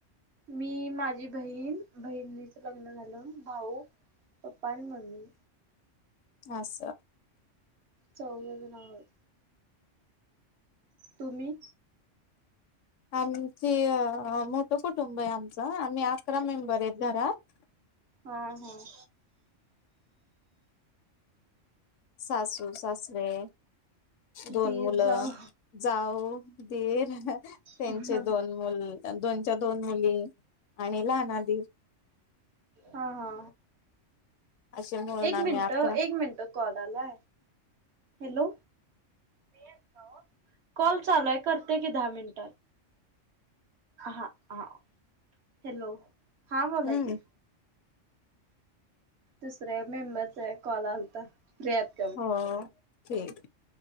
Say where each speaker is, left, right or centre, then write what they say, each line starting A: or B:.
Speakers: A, on the right; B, on the left.
A: मी माझी बहीण, बहिणीच लग्न झाल. भाऊ पप्पा आणि मम्मी.
B: अस
A: चौघ जण आहोत. तुम्ही?
B: आणि ते, मोठ कुटुंब आहे आमच. आम्ही अकरा मेंबर आहेत घरात.
A: हां हं.
B: सासू सासरे दोन
A: दीर
B: मुलं,
A: जाव
B: जाऊ, दीर, त्यांचे
A: हा
B: दोन मुलं <unintelligible> दोनच्या-दोन मुली आणि लहाना दीर
A: हा हा.
B: असे मिळून
A: एक
B: आम्ही
A: मिनट,
B: अकरा
A: एक मिनट, कॉल आला, हॅलो? <unintelligible> कॉल चालूय, करते कि, दहा मिनिटात. हा हा, हॅलो? हा बोला
B: हम्म
A: की. दुसऱ्या मेंबरचा, एक कॉल आलता. <unintelligible>
B: हं, ठीक.